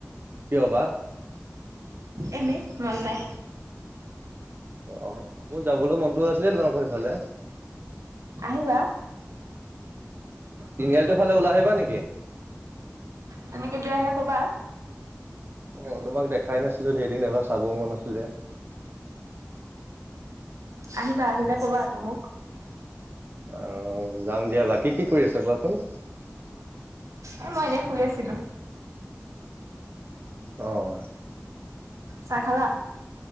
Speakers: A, on the right; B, on the right.
A: কিয় বা?
B: এনেই, মন নাই।
A: অ অ, মোৰ যাবলৈ মনটো আছিলে তোমাকৰ ইফালে। অ,
B: আহিবা
A: তিনিআলিটো ফালে ওলাই আহিবা নেকি?
B: তুমি কেতিয়া আহিবা কবা।
A: অ, তোমাক দেখাই নাছিলো যে, এদিন এবাৰ চাব মন আছিলে।
B: আহিবা। আহিলে কবা আকৌ মোক।
A: আহ, যাম দিয়া। বাকী কি কৰি আছা কোৱাচোন?
B: এ মই এনেই শুই আছিলোঁ।
A: অঁ।
B: চাহ খালা?